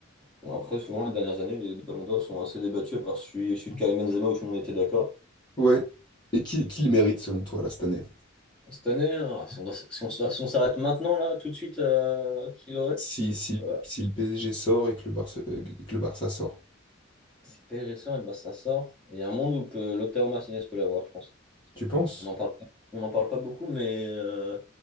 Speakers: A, in the centre; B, on the left (about 20°).
A: Bon, après, souvent, les dernières années, les Ballons d'Or sont assez débattus par celui, celui de Karim Benzema où tout le monde était d'accord.
B: Ouais. Et qui, qui le mérite selon toi là cette année?
A: Cette année, hein, si on doit- si on- si on s'arrête maintenant, là, tout de suite, euh, qui l'aurait?
B: Si, si, le-
A: Euh,
B: si le PSG sort et que le Barça, euh, que le Barça sort.
A: C'est très récent, et ben, ça sort. Il y a un monde où peut- l'auteur Martinez peut l'avoir, je pense.
B: Tu penses?
A: On n'en parle pas, on n'en parle pas beaucoup, mais euh,